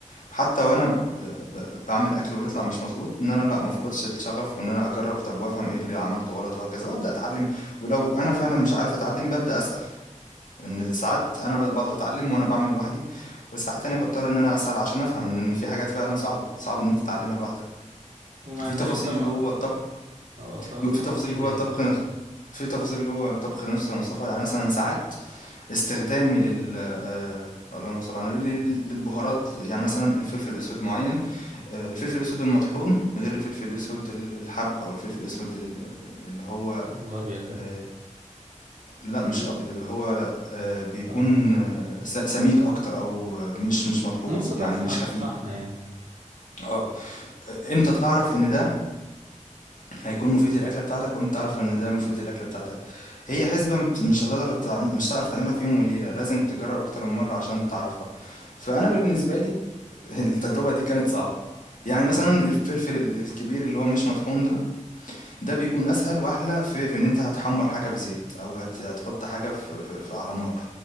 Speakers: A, on the left; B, on the right.
A: حتى وانا ب... ب... بعمل اكل ويطلع مش مظبوط ان انا لا ما افقدش الشغف وان انا اجرب طب وافهم ايه اللي عملته غلط وهكذا وابدا اتعلم ولو انا فعلا مش عارف اتعلم ببدا اسال لان ساعات انا ب- بقدر اتعلم وانا بعمل لوحدي وساعات تانية بضطر ان انا اسال عشان افهم لان في حاجات فعلا صعبه صعب ان انت تتعلمها لوحدك
B: ومع
A: وفي
B: ذلك
A: تفاصيل
B: طبعا
A: جوه
B: اه ط- التفاصيل
A: جو- في تفاصيل جوه
B: ديت
A: الطبخ
B: مهمة
A: نفس- في تفاصيل جوه الطبخ نفسه يا مصطفى يعني مثلا ساعات استخدامي لل آه، اللهم صل على النبي لل- للبهارات يعني مثلا الفلفل الاسود معين آه، الفلفل الاسود المطحون غير الفلفل الاسود ال- الحب او الفلفل الاسود ال- ال- اللي هو
B: الابيض ده
A: آه، لا مش
B: في
A: ابيض اللي هو آه، بيكون
B: اه
A: آه، س- سميك اكتر او آه، مش مش مطحون
B: نص طح-
A: يعني مش خفيف
B: طحنة يعني
A: اه امتى تعرف ان ده هيكون مفيد للأكلة بتاعتك وأنت تعرف إن ده مفيد للأكلة بتاعتك هي حسبة مت- مش هتقدر تع- مش هتعرف تعملها في يوم وليلة لازم تجرب أكتر من مرة عشان تعرفها فأنا بالنسبة لي <laughs> التجربة دي كانت صعبة يعني مثلا
B: مم.
A: الفلفل ال- الكبير اللي هو مش مطحون ده ده بيكون أسهل وأحلى في, في إن أنت هتحمر حاجة في زيت أو هت هتحط حاجة في, في, في على نار